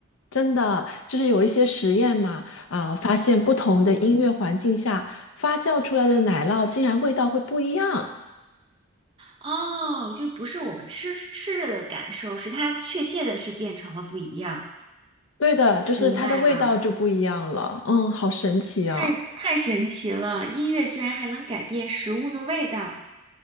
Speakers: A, on the left; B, on the right.
A: 真的就是有一些实验嘛，啊、发现不同的音乐环境下发酵出来的奶酪竟然味道会不一样。
B: 哦，就不是我们吃吃着的感受，是它确切的是变成了不一样。
A: 对的，就是它的味道就不一样了。
B: 明白了，
A: 嗯，好神奇啊！
B: 太太神奇了！音乐居然还能改变食物的味道。